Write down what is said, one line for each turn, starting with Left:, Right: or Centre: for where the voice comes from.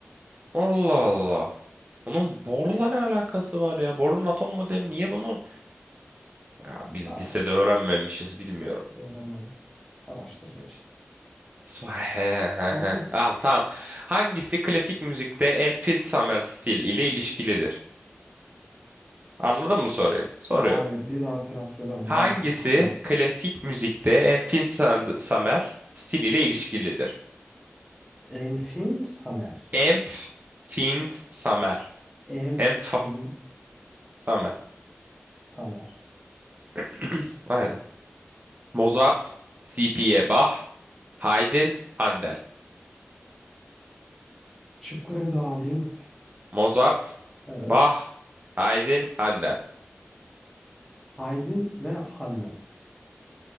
Right: Allah Allah. Onun borla ne alakası var ya? Borun atom modeli niye bunu? Ya biz
Centre: Araştır.
Right: lisede öğrenmemişiz bilmiyorum.
Centre: Öğrenmedim. Araştıracağız işte.
Right: So- he-
Centre: Sen
Right: he- he.
Centre: nesin?
Right: Al tamam. Hangisi klasik müzikte Infinite Summer Style ile ilişkilidir? Anladın mı soruyu? Soruyorum.
Centre: Hayır. Bir daha telaffuz eder misin?
Right: Hangisi
Centre: Ben çok kötü telaffuz.
Right: klasik müzikte Infinite Sun- Summer Style ile ilişkilidir?
Centre: Enfin Samer.
Right: Infinite Summer.
Centre: Enfin
Right: Inf Summer.
Centre: Samer.
Right: <clears throat> Aynen. Mozart, C.P.A. Bach, Haydn, Handel.
Centre: Şıkları bir daha alayım.
Right: Mozart,
Centre: Evet.
Right: Bach, Haydn, Handel.
Centre: Haydin ve Handan.